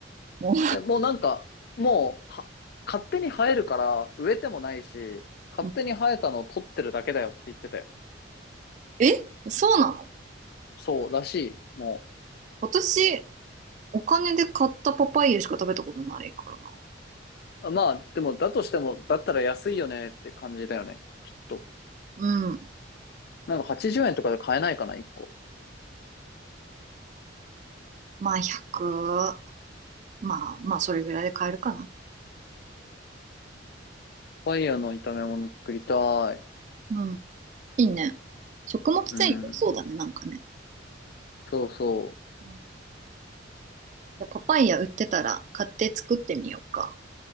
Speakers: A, on the right (about 40°); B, on the left (about 55°).
A: も
B: え、もうなんか、もう、は、勝手に生えるから、植えてもないし、勝手に生えたのを取ってるだけだよって言ってたよ。
A: う。えそうなの
B: そう、らしい、も
A: 私、お金で買ったパパイヤしか食べたことないからな。
B: う。あまあ、でも、だとしても、だったら安いよねって感じだよね、きっと。
A: うん。
B: なんか80円とかで買えないかな、1個。
A: まあ、100。まあ、まあ、それぐらいで買えるかな。
B: パパイヤの炒め物作りたい。
A: うん。いいね。食物繊維、
B: うん。
A: そうだね、なんかね。
B: そうそ
A: うんいやパパイヤ売ってたら買って作ってみようか。